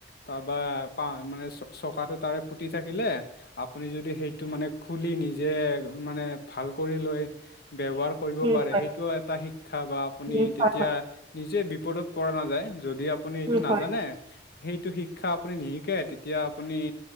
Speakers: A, on the left; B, on the right.
A: তাৰপা পা মানে চকাটো তাৰে ফুটি থাকিলে আপুনি যদি সেইটো মানে খুলি নিজে, মানে ভাল কৰি লৈ ব্যৱহাৰ কৰিব
B: উম
A: পাৰে
B: হয়
A: সেইটো এটা শিক্ষা বা আপুনি
B: উম
A: তেতিয়া
B: হয় হয়
A: নিজে পৰা নাযায় যদি আপুনি এইটো
B: উম
A: ন
B: হয়
A: সেইটো শিক্ষা আপুনি নিশিকে তেতিয়া আপুনি